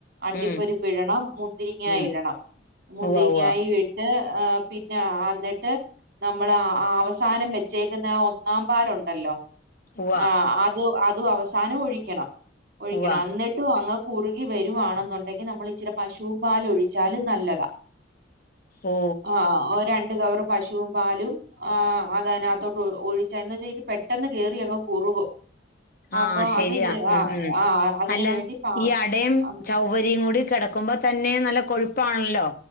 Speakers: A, on the right (about 55°); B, on the left (about 50°).
A: അണ്ടിപ്പരിപ്പ്ടണം
B: ഉം
A: മുന്തിരിങ്ങായിടണം
B: ഉം
A: മുന്തിങ്ങായും
B: ഉവ്വ ഉവ്വ
A: ഇട്ട് ആ പിന്നെ അന്നിട്ട് നമ്മള് ആ അവസാനം വെച്ചേക്കുന്ന ആ ഒന്നാം പാലുണ്ടല്ലോ?
B: ഉവ്വ
A: ആഹ് അത് അതും അവസാനം ഒഴിക്കണം ഒഴിക്കണം
B: ഉവ്വ
A: എന്നി ട്ടുവങ്ങ് കുറുകി വരുവാണെന്നുണ്ടെങ്കി നമ്മളിച്ചിരി പശുവും പാല് ഒഴിച്ചാലും നല്ലതാ
B: ഓ
A: ആഹ് ഒരു രണ്ട് കവറ് പശുവും പാലും ആഹ് അതിനകത്തോട്ട് ഒ ഒഴിച്ച് എന്നിട്ട് ഇത് പെട്ടെന്ന് കേറി അങ്ങ് കുറുകും
B: ആഹ്
A: അപ്പൊ
B: ശരിയാ
A: അത് ആഹ്
B: ഉം ഉം
A: ആഹ് അതിന്
B: അല്ല
A: വേണ്ടി പാ
B: ഈ അടയും ചൗ ഒരിയും കൂടി കിടക്കുമ്പോൾ തന്നെ നല്ല കൊഴുപ്പാണല്ലോ